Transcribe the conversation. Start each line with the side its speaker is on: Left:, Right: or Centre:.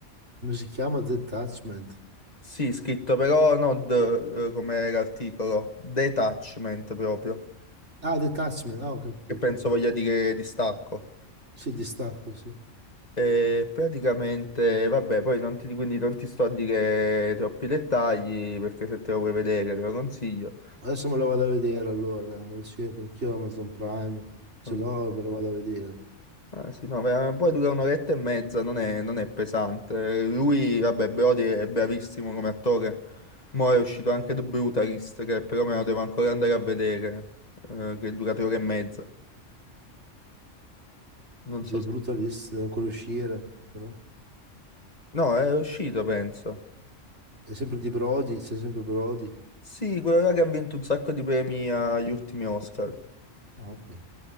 Right: Come si chiama? Detachment.
Left: Sì, scritto però non d- eh, come era l'articolo, detachment proprio,
Right: Ah, Detachment, ah, ho capito,
Left: che penso
Right: sì.
Left: voglia dire distacco.
Right: Sì, distacco, sì.
Left: E praticamente, vabbè, poi non ti, quindi non ti sto a dire troppi dettagli perché se te lo vuoi vedere te lo consiglio.
Right: Adesso me lo vado a vedere allora, lo cerco anch'io Amazon Prime, se
Left: No,
Right: l'ho me lo vado a vedere.
Left: Ah, sì, no, vera- poi dura un'oretta e mezza, non è, non è pesante. Lui, vabbè, Brody è bravissimo come attore. Mo' è uscito anche The Brutalist, che però me lo devo ancora andare a vedere, eh, che dura tre ore e mezza. Non
Right: The
Left: so se...
Right: Brutalist, deve ancora uscire, però.
Left: No, è uscito, penso.
Right: È sempre di Brody, c'è sempre Brody.
Left: Sì, quello là che ha vinto un sacco di premi agli ultimi Oscar.
Right: Ah, ok.